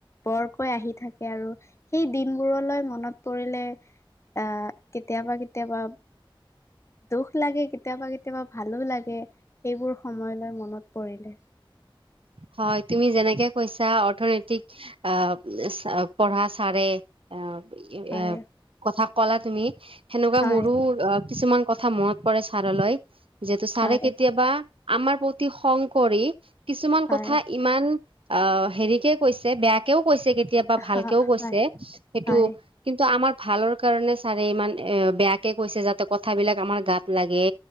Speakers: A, on the left; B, on the right.
A: বৰকৈ আহি থাকে আৰু সেই দিনবোৰলৈ মনত পৰিলে আহ কেতিয়াবা কেতিয়াবা, দুখ লাগে, কেতিয়াবা কেতিয়াবা ভালো লাগে। সেইবোৰ সময় লৈ মনত পৰিলে।
B: হয়, তুমি যেনেকে কৈছা অৰ্থনৈতিক আহ পঢ়া চাৰে আহ,
A: হয়
B: এ <unintelligible> কথা কলা তুমি, সেনেকুৱা
A: হয়
B: মোৰো অ কিছুমান, কথা মনত পৰে ছাৰলৈ। যিহেতু ছাৰে
A: হয়
B: কেতিয়াবা, আমাৰ প্ৰতি খং কৰি, কিছুমান
A: হয়
B: কথা ইমান, অ হেৰিকে কৈছে, বেয়াকেও কৈছে। কেতিয়াবা ভালকেও
A: হয়
B: কৈছে।
A: হয়
B: সেইটো
A: হয়
B: কিন্তু আমাৰ ভালৰ কাৰণে ছাৰে ইমান এ বেয়াকে কৈছে। যাতে কথাবিলাক আমাৰ গাত লাগে।